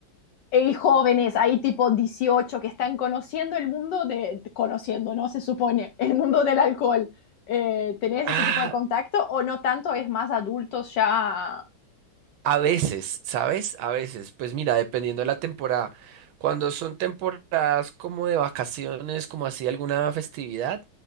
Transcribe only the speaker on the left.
Y jóvenes, hay tipo 18 que están conociendo el mundo de, conociendo, ¿no? Se supone, el mundo del alcohol. Eh, ¿tenés
ese tipo de contacto o no tanto? Es más adultos ya.